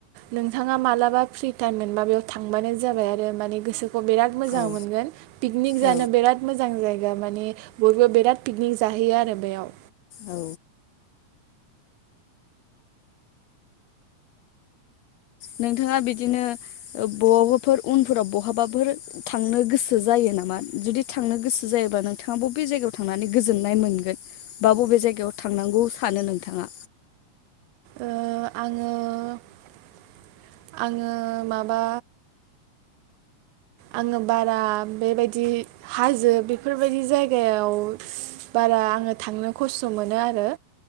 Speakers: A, on the right; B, on the left.
A: नोंथाङा मालाबा फ्रि टाइम मोनबा बेयाव थांबानो जाबाय आरो माने गोसो खौ बिराट मोजां
B: औ
A: मोनगोन, पिकनिक जानो
B: औ
A: बिराथ मोजां जायो। माने बयबो बिराद पिकनिक जाहैयो आरो बेयाव।
B: औ नोंथाङा बिदिनो बहाबाफोर उनफोराव बहाबाफोर थांनो गोसो जायो नामा? जुदि थांनो गोसो जायोबब्ला नोंथाङा बबे जायगायाव थांनानै गोजोननाय मोनगोन बा बबे जायगायाव थांनांगौ सानो नोंथाङा?
A: ओ आङो <inaudible> आङो <inaudible> माबा आङो बारा बेबायदि हाजो बेफोरबायदि जायगायाव बारा आङो थांनो खस्थ' मोनो आरो।